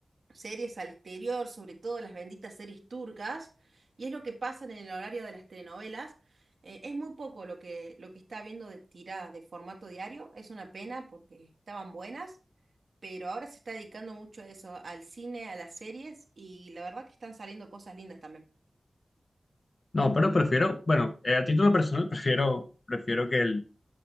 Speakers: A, on the right; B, on the left.
A: series al exterior, sobre todo las benditas series turcas, y es lo que pasa en el horario de las telenovelas. Eh, es muy poco lo que, lo que está habiendo de tiradas de formato diario. Es una pena porque estaban buenas pero ahora se está dedicando mucho a eso, al cine, a las series, y la verdad que están saliendo cosas lindas también.
B: No, pero prefiero, bueno, eh, a título personal <laughs> prefiero, prefiero que el,